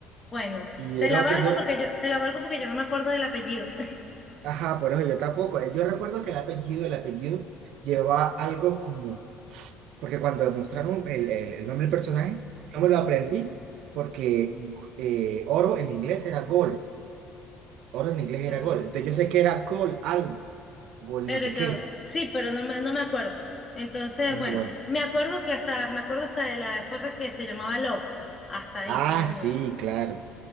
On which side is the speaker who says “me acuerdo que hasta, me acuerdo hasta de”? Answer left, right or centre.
Left